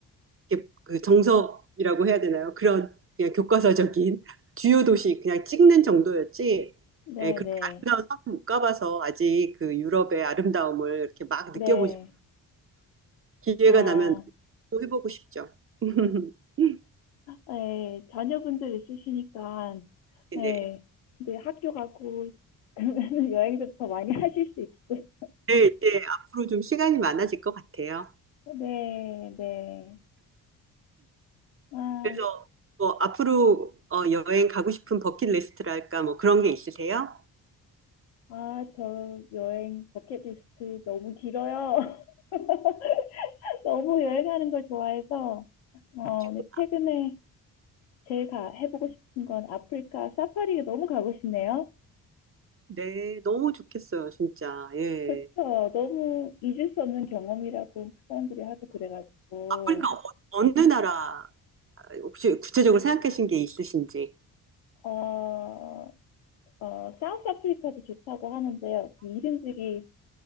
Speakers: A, on the right (about 30°); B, on the left (about 80°).
A: 이게 그 정석이라고 해야 되나요? 그런 그냥 교과서적인 <laughs> 주요 도시 그냥 찍는 정도였지.
B: 네네.
A: 예, 그렇게 아름다운 섬은 못 가봐서 아직 그 유럽의 아름다움을 이렇게 막
B: 네.
A: 느껴보시고요.
B: 네.
A: 기회가
B: 아,
A: 나면 또 해보고 싶죠. <laughs>
B: 네. 자녀분들 있으시니까,
A: 네.
B: 네. 이제 학교 가고, <laughs> 그러면 여행도 더 많이 <laughs> 하실 수 있고.
A: 네, 이제 앞으로 좀 시간이 많아질 것 같아요.
B: 네, 네. 아,
A: 그래서 뭐 앞으로 어, 여행 가고 싶은 버킷리스트랄까 뭐 그런 게 있으세요?
B: 아, 저 여행 버킷리스트 너무 길어요. <laughs> 너무 여행하는 걸 좋아해서, 어,
A: 지금-
B: 네, 최근에 제 가, 해보고 싶은 건 아프리카 사파리가 너무 가고 싶네요.
A: 네, 너무 좋겠어요, 진짜. 예.
B: 그렇죠. 너무 잊을 수 없는 경험이라고 사람들이 하고 그래가지고,
A: 아프리카 어, 어느 나라 혹시 구체적으로 생각하신 게 있으신지?
B: 어, 어, 사우스 아프리카도 좋다고 하는데요. 그 이름들이